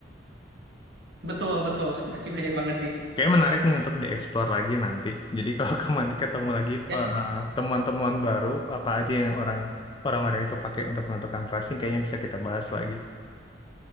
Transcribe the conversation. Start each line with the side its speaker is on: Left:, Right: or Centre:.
Right: betul betul. <laughs> Masih banyak banget sih.
Left: Kayaknya menarik nih untuk dieksplor lagi nanti. Jadi kalau <laughs> kamu nanti ketemu lagi
Right: Ya,
Left: eh,
Right: nih,
Left: temuan-temuan baru apa aja yang orang orang-orang itu pakai untuk menentukan pricing, kayaknya bisa kita bahas lagi.